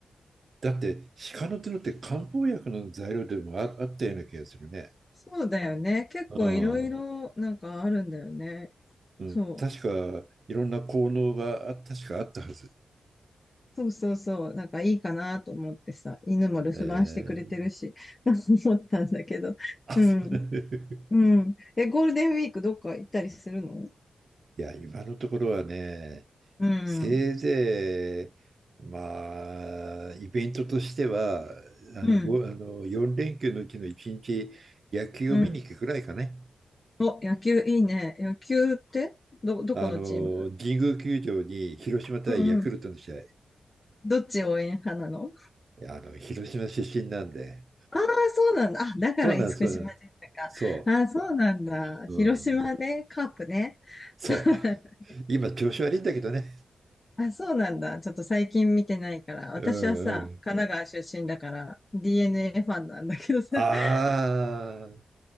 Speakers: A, on the right; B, on the left.
A: だって、鹿の角って漢方薬の材料でもあ、あったような気がするね。
B: そうだよね。結構いろいろなんかあるんだよね。
A: うん。うん、
B: そう。
A: 確か、いろんな効能があ、確かあったはず。
B: そうそうそう。なんかいいかなと思ってさ、犬も留守番してくれてるし、
A: えー、
B: <laughs> 思ったんだけど。
A: あ、
B: うん。
A: そう
B: うん。
A: <laughs>
B: え、ゴールデンウィークどっか行ったりするの
A: いや、今のところはね、
B: うん。
A: せいぜい、まあ、イベントとしては、あの、
B: うん。
A: ご、あの、4連休のうちの1日、野球を見に行くくらいかね。
B: うん。お、野球いいね。野球ってど、どこのチーム
A: あの、神宮球場に広島対ヤクルトの試合。
B: うんうん。
A: い
B: どっち応援派なの
A: やあの、広島出身なんで、
B: ああー、そうなんだ。あ、だから厳島神社か。
A: そうなんです、そうなんです。そ
B: ああ、そうなんだ。
A: う。
B: 広島ね。
A: うん。
B: カープね。
A: そう。
B: <laughs>
A: <laughs> 今、調子悪いんだけどね。
B: あ、そうなんだ。ちょっと最近見てないから。
A: うんうん。
B: 私はさ、神奈川出身だから、DNA ファンなんだけどさ。
A: ああ、
B: <laughs>